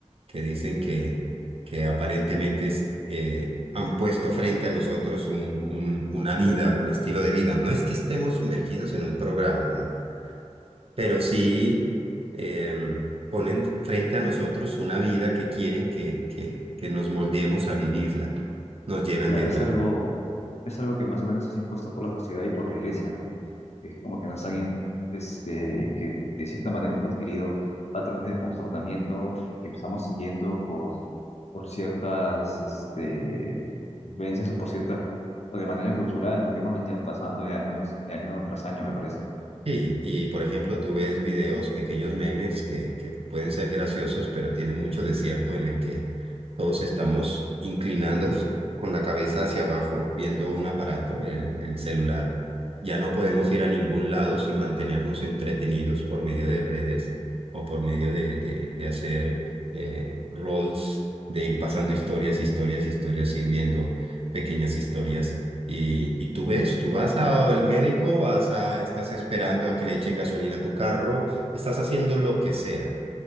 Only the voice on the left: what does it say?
Claro,
es algo, es algo que más o menos es impuesto por la sociedad y por la iglesia, ¿no? Es como que nos han, im- este, que de cierta manera hemos adquirido patrones de comportamiento que estamos siguiendo por, por ciertas, este, influencias o por cierta, o de manera cultural, ¿no? Que hemos venido pasando de años, de año tras año, me parece.